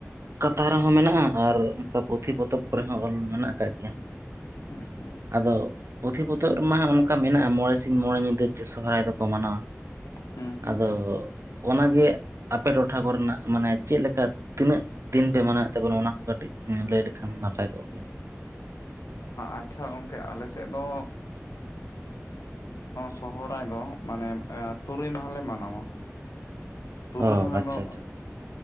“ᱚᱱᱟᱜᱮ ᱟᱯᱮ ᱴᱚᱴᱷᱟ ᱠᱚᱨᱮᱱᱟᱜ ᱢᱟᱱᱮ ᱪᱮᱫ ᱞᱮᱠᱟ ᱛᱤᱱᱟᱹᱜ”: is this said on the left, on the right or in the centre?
Right